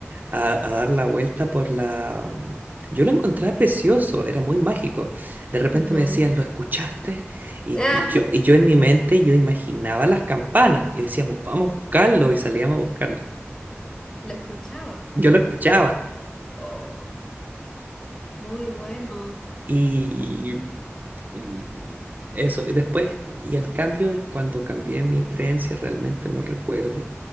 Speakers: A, on the right; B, on the left.
A: a, a dar la vuelta por la... mm, Yo lo encontraba precioso, era muy mágico. De repente
B: Ujú.
A: me decían, ¿lo escuchaste? Y,
B: Ah,
A: y yo, y yo en mi mente, yo imaginaba las campanas y decíamos, vamos a buscarlo y salíamos a buscarlo.
B: ¿lo escuchabas?
A: Yo lo escuchaba
B: Oh, muy bueno.
A: y Mm, Eso, y después, y el cambio es cuando cambié mi creencia, realmente no recuerdo.